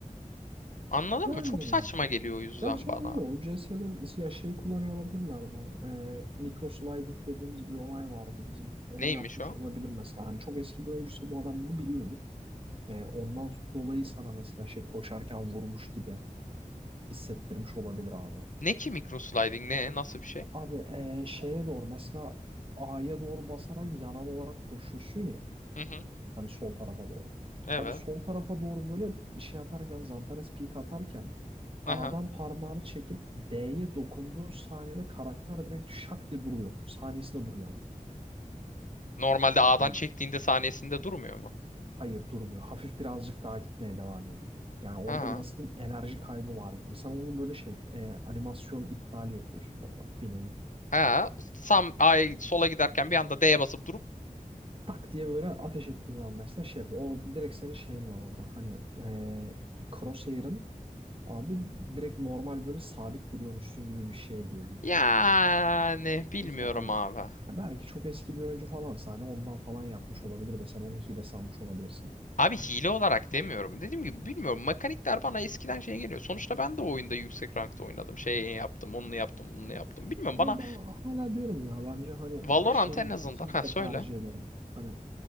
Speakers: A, on the left; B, on the right.
A: Anladın
B: Yani
A: mı? Çok saçma geliyor o yüzden
B: gerçi
A: bana.
B: ama yok. O CS'de ya şey kullanıyor olabilirler bu. Ee, micro sliding dediğimiz bir olay vardı bizim. Onu
A: Neymiş
B: yapmış
A: o?
B: olabilir mesela. Hani çok eski bir oyuncuysa bu adam bunu biliyordu. Ee, ondan dolayı sana mesela şey koşarken vurmuş gibi hissettirmiş olabilir abi.
A: Ne ki microsliding ne? Nasıl bir şey?
B: Abi ee, şeye doğru mesela A'ya doğru basarak yanal olarak koşuyorsun ya.
A: Hı hı.
B: Hani sol tarafa doğru.
A: Evet.
B: Abi sol tarafa doğru böyle şey atarken Zantares peak atarken
A: Aha.
B: A'dan parmağını çekip D'ye dokunduğun saniyede karakter direkt şak diye duruyor. Saniyesinde duruyor ama.
A: Normalde A'dan
B: Hani
A: çektiğinde saniyesinde durmuyor mu?
B: hayır durmuyor. Hafif birazcık daha gitmeye devam ediyor. Yani orada
A: Ha.
B: bir nasıl diyeyim enerji kaybı var gibi. Sen onu böyle şey e, animasyon iptali yapıyorsun orada bir nevi.
A: Ha. Sam ay sola giderken bir anda D'ye basıp durup
B: Tak diye böyle ateş ettiğin zaman mesela şey yapıyor. O direkt senin şeyin var orada. Hani e, Crosshair'ın Abi direkt normal böyle sabit duruyormuşsun gibi bir şeye geliyor.
A: yani bilmiyorum
B: Mesela hani
A: abi.
B: ya belki çok eski bir oyuncu falansa hani ondan falan yapmış olabilir de sen onu hile sanmış olabilirsin.
A: Abi hile olarak demiyorum. Dediğim gibi bilmiyorum. Mekanikler bana eskiden şey geliyor. Sonuçta ben de o oyunda yüksek rankta oynadım. Şey yaptım, onu yaptım, bunu yaptım. Bilmiyorum
B: Ama
A: bana
B: ben hala diyorum ya bence hani
A: Valorant
B: ben şeyi
A: en
B: kesinlikle
A: azından. Ha söyle.
B: tercih ederim. Hani